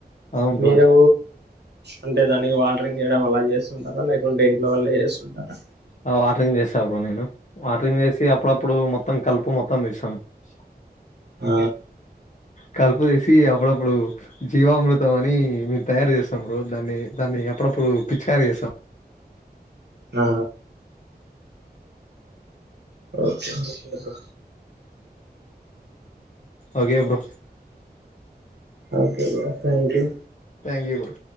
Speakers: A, on the left (about 45°); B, on the right (about 85°).
A: అవును
B: మీరు
A: బ్రో
B: అంటే దానికి వాటరింగ్ చేయడం అలా చేస్తుంటారా లేకుంటే ఇంట్లో వాల్లే చేస్తుంటారా
A: ఆ వాటరింగ్ చేస్తా బ్రో నేను వాటరింగ్ చేసి అప్పుడప్పుడు మొత్తం కలుపు మొత్తం తీసాం స
B: ఆ
A: కలుపు తీసి అప్పుడప్పుడు జీవామృతం అని మేము తయారు చేస్ త్త బ్రో దాన్ని దాన్ని ఎప్పుడప్పుడు పిచికారి చేస్తాం
B: ఆ okay okay bro
A: okay bro
B: okay బ thank you
A: thank you bro